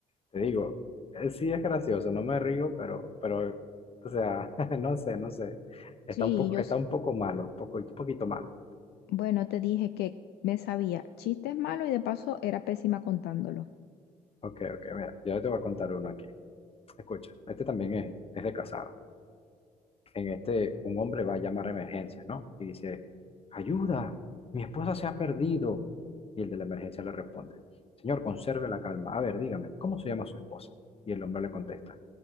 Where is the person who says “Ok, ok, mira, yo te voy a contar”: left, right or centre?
Left